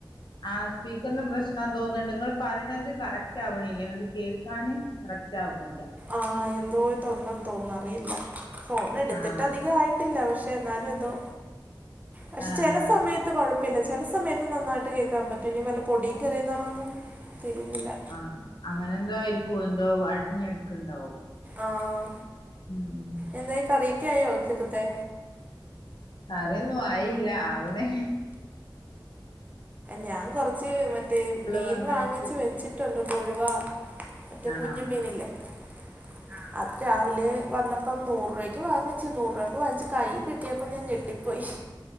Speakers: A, on the left; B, on the right.
A: ആഹ് സ്പീക്കറിന്റെ പ്രേശ്നമാണെന്ന് തോന്നുന്നുണ്ട്. പ റീണത് കറക്റ്റാവ്ണില്ല ഇങ്ങട്ട് കേൾക്കാന് കറക്റ്റാവുന്നില്ല
B: ആഹ് എന്തോ ഇതുണ്ടെന്ന് തോന്നുന്ന് അറിയില്ല ഫോണെട്ത്ത്ട്ട്
A: ആഹ്
B: അധികായ് ത്തില്ല പക്ഷെ എന്നാലും എന്തോ പക്ഷെ
A: ആഹ്
B: ചെലെ സമയെത്ത് കൊഴ പിന്നെ ചെല സമയത്ത് നന്നായിട്ട് കേക്കാം പറ്റും ഇനി വല്ല പൊടിയും കേറിയതാതാണോന്നും തിരിയുന്നില്ലാ
A: ആഹ്. അങ്ങനെ എന്തോ ആയിരിക്കും എന്തോ അടഞ്ഞുകിടക്കുന്നുണ്ടാവും!
B: ആഹ്
A: ഉം..
B: എന്തായ് കറിയൊക്കെ ആയോ ഉച്ചക്കത്തേ?
A: കറ്യൊന്നും ആയില്ല ആവ്ണ്
B: ഞാൻ കൊറച്ചു മറ്റേ മീൻ
A: പറഞ്ഞയച്ച്
B: വാങ്ങിച്ചു വെച്ചിട്ടുണ്ട് കൊഴുവാ മറ്റേ
A: ആണോ
B: കുഞ്ഞും മീന്ല്ലേ ആഹ് ആഹ് അത് രാവ്‌ലേ വന്നപ്പം നൂറ് രൂപയ്ക്ക് വാങ്ങിച്ച് നൂറ് രൂപക്ക് വാങ്ങിച്ച് കയ്യീ കിട്ടിയപ്പോ ഞാൻ ഞെട്ടിപ്പോയ്